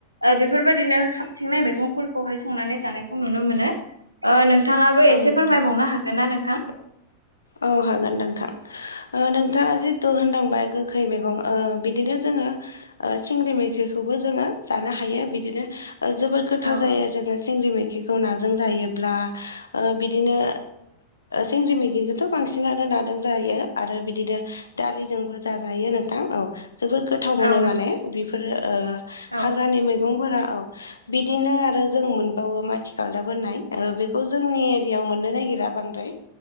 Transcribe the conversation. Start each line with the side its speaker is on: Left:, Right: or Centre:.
Right: बेफोरबायदिनो खाबथिंनाय मैगंफोरखौहाय संनानै जानायखौ नु मोनो। नुनो मोनो नोंथाङाबो
Left: औ
Right: एसे
Left: नोंथां
Right: फोरमायबावनो हागोन ना नोंथां।
Left: औ हागोन नोंथां। नोंथाङा जिथु होनदांबाय गोखै मैगं ओ बिदिनो जोङो सिंग्रि मैखैखौबो जोङो जानो हायो बिदिनो जोबोद गोथाव
Right: औ
Left: जायो जोङो सिंग्रि मैखिखौ खौ नाजों जायोब्ला बिदिनो सिंग्रि मैगिखौथ' बांसिनानो नादों जायो आरो बिदिनो दालिजोंबो जाजायो नोंथां औ जोबोद गोथाव गोथाव मोनो
Right: औ नंगौ
Left: माने बेफोरो
Right: औ
Left: हाग्रानि मैगंफोरा औ बिदिनो आरो जों मोनबावो माथि खालदाब होननाय बेखौ जोंनि एरियाव मोननो नागिरा। बांद्राय